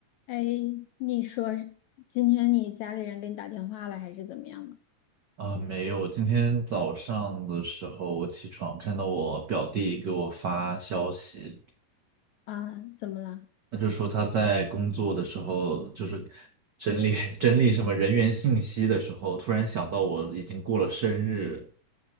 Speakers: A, on the left (about 80°); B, on the right (about 85°).
A: 哎，你说是今天你家里人给你打电话了，还是怎么样吗？
B: 啊，没有。今天早上的时候，我起床看到我表弟给我发消息，
A: 啊，怎么了？
B: 他就说他在工作的时候，就是整理 <laughs> 整理什么人员信息的时候，突然想到我已经过了生日，